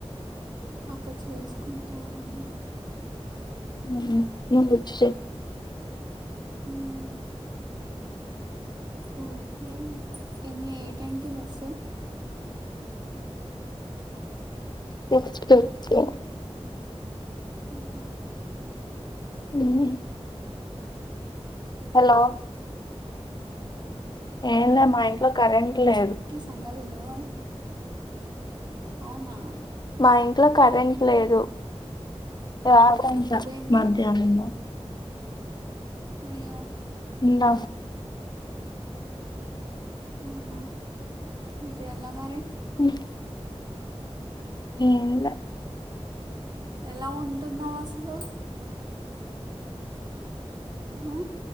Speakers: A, on the right; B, on the left.
A: అక్కడ చేసుకుంటారని
B: మ్మ్ హ్మ్ <unintelligible>
A: మ్మ్ ఓకే ఎని ఏ టైమ్ కి బస్సు
B: సిక్స్ థర్టీ
A: ఆహ
B: మ్మ్ హలో ఏంద మా ఇంట్లో కరెంట్ లేదు
A: సంగ తెలివ అంట అవునా
B: మా ఇంట్లో కరెంట్ లేదు
A: ఆహా
B: రాదంట
A: ఎప్పుడు పోయింది
B: మధ్యానము
A: అయ్యో
B: ఇంద
A: ఆహా ఇప్పుడెలా మరి
B: మ్మ్ ఏం ల
A: ఎలా ఉంటున్నావు అసలు ఆ